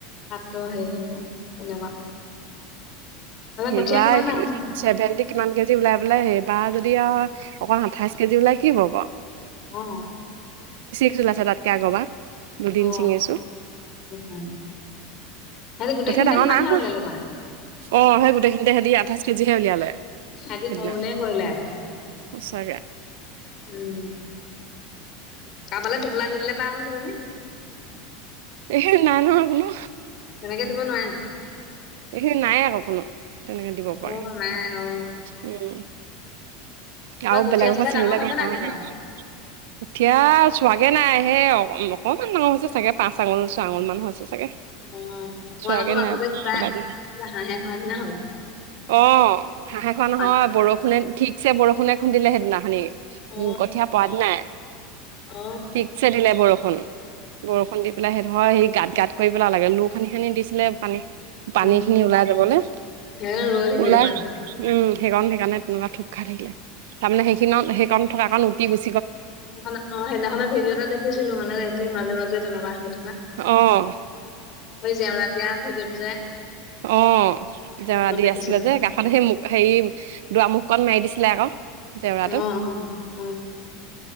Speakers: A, on the left; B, on the right.
A: মাত্ৰ হেৰি হৈ যায় তেনেকুৱা, মানে
B: সিবাৰ
A: কঠীয়া কিমান ডাঙৰ হৈছে?
B: ছেভেন্টি কিমান কেজি ওলাই পেলাই এইবাৰ যদি দিয়া অকল আঠাইশ কেজি ওলাই কি হ'ব বাৰু,
A: অ অ
B: চ তাতকে আগবাৰ দুদিন
A: অ
B: ছিঙিছো,
A: উম সিহঁতি গোটেইখিনিতে
B: কঠীয়া ডাঙৰ
A: সিমানহে
B: নাই হোৱা
A: উলিয়ালে মানে
B: অহ সেই গোটেইখিনিতে সিহতে আঠাইশ কেজিহে উলিয়ালে।
A: আজি
B: সেইদিনা
A: কও বুলি এ কৰিলে।
B: সঁচাকে
A: উম কাৰোবালে টোপোলা দি দিলে বা সেইজনি
B: এ নাই নহয় কোনো।
A: তেনেকে দিব নোৱাৰে।
B: এইখিনি নাই আকৌ কোনো। তেনেকে দিব পৰাকে।
A: অ নাই অ
B: উম,
A: তাৰপৰা
B: আৰু
A: কঠীয়া
B: বেলেগৰ
A: চঠীয়া
B: পৰা চিঙিলে
A: ডাঙৰ হৈছে
B: গম
A: নাই
B: পাও
A: তহঁতৰ
B: নহয়। কঠিয়া চোৱাগে নাই। হে অ অকণমান ডাঙৰ হৈছে চাগে পাঁচ আঙুল ছয় আঙুল মান হৈছে চাগে চাগে,
A: অ অকমান
B: চোৱাগে
A: আকৌ মাজতে
B: নাই। য়,
A: কিবা কিবা হাঁহে খোৱা নিচিনা হ'ল
B: অ হাঁহে খোৱা নহয়
A: পাত
B: বৰষুণে, ঠিকছে বৰষুণে খুন্দিলে সেইদিনাখনি।
A: অ
B: কঠীয়া পৰা দিনাই,
A: অ
B: ঠিকছে দিলে বৰষুণ। বৰষুণ দি পেলাই সেই ধৰ সেই গাঁত গাঁত কৰি পেলালে। লো খানি খানি দিছিলে পানী। পানী
A: উম
B: খিনি ওলাই যাবলৈ।
A: সেয়া ৰৈ থাকিলে
B: ওলাই,
A: পাত
B: উম সেইকণ সেইকাৰণে তেনেকুৱা থোক খাই থাকিলে। তাৰমানে সেই সেইকণ থকাকণ উটি গৈছিলে
A: সেইদিনা অ সেইদিনানৰ ভিডিঅ' এটা দেখিছিলো মানে মাজে মাজে তেনেকুৱা হৈ।
B: অহ
A: হৈ জেওৰা দিয়া ভিডিঅটো যে
B: অ জেউৰা
A: সেইটোত
B: দি
A: দেখিছিলো
B: আছিলে যে কাষতে সেই হেৰি দুৱামুখকণ মাৰি দিছিলে আকৌ। জেওৰাটো
A: অ উ উম